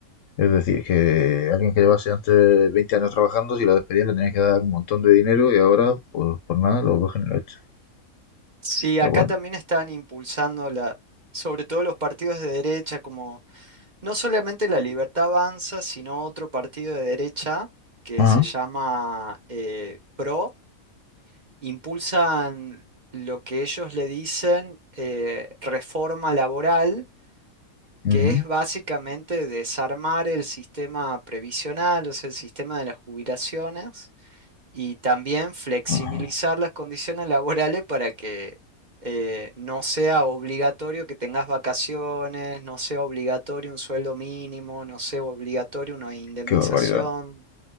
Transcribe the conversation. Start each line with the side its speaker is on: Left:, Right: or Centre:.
Left: Es decir, que alguien que llevase antes 20 años trabajando, si lo despedían le tenían que dar un montón de dinero y ahora, pues por nada, lo cogen y lo echan.
Right: Sí,
Left: Pero
Right: acá
Left: bueno.
Right: también están impulsando la, sobre todo los partidos de derecha, como no solamente La Libertad Avanza, sino otro partido de derecha que
Left: Ajá,
Right: se llama eh, PRO, impulsan lo que ellos le dicen eh, reforma laboral,
Left: ujú,
Right: que es básicamente desarmar el sistema previsional, o sea, el sistema de las jubilaciones y también flexibilizar
Left: ajá.
Right: las condiciones laborales para que eh, no sea obligatorio que tengas vacaciones, no sea obligatorio un sueldo mínimo, no sea obligatorio una indemnización.
Left: Qué barbaridad,